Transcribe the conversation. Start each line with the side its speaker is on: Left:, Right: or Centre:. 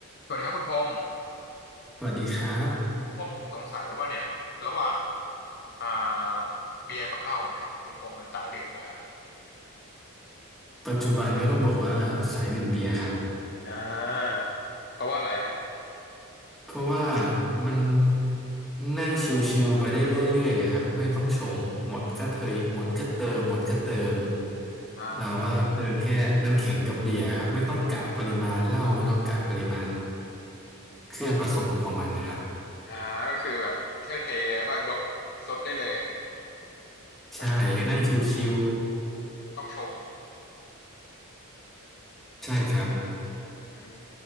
Left: สวัสดีครับคุณพงษ์
Centre: สวัสดีครับ
Left: พงษ์ผมสงสัยว่าเนี่ยระหว่างอ่าเบียร์กับเหล้าเนี่ยคุณพงษ์เป็นสายดื่มอะไรครับ
Centre: ปัจจุบันก็ต้องบอกว่าสายดื่มเบียร์ครับ
Left: อ่าเพราะว่าอะไรฮะ
Centre: เพราะว่ามันนั่งชิวๆไปได้เรื่อยๆอะครับไม่ต้องชงหมดก็เทยหมดก็เติมหมดก็เติม
Left: อ่า
Centre: เราก็เติมแค่น้ำแข็งกับเบียร์ครับไม่ต้องกะปริมาณเหล้าไม่ต้องกะปริมาณเครื่องผสมของมันนะครับ
Left: อ่าก็คือแบบเทเทแล้วก็ยกซดได้เลย
Centre: ใช่ก็นั่งชิว
Left: ถ้าเป็นต้องชง
Centre: ๆใช่ครับ
Left: อืม